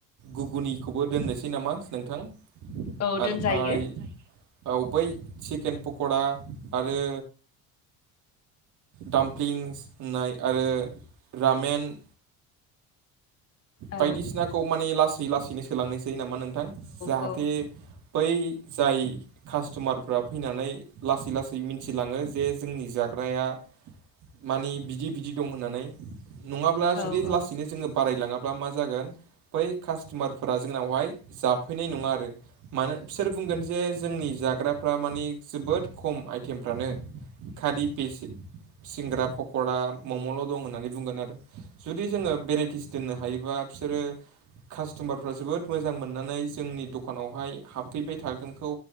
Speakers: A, on the right (about 60°); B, on the left (about 50°).
A: गुगुनिखौबो दोननोसै नामा नोंथां?
B: औ
A: आमफाय
B: दोनजायो
A: औ बै चिकेन पक'रा आरो दामफ्लिंस होननाय आरो रामेन
B: औ
A: बायदिसिनाखौ माने लासै लासैनो सोलांनायसै नामा नोंथां जाहाथे
B: औ
A: बै जाय कास्टमारफ्रा फैनानै लासै लासै मिथिलाङो जे जोंनि जाग्राया मानि बिदि बिदि दं होननानै नङाब्ला
B: औ
A: जुदि
B: औ
A: लासैनो जोङो बारायलाङा ब्ला मा जागोन बै कास्ट'मारफोरा जोंनावहाय जाफैनाय नङा आरो। मानो बिसोर बुंगोन जे जोंनि जाग्राफ्रा मानि जोबोद खम आइटेमफ्रानो। खालि फेसे सिंग्रा पक'रा मम'ल' दं होननानै बुंगोन आरो जुदि जोङो भेराइटिस दोननो हायो बा बिसोरो कास्ट'मारफ्रा जोबोद मोजां मोननानै जोंनि दखानावहाय हाबफैबाय थागोनखौ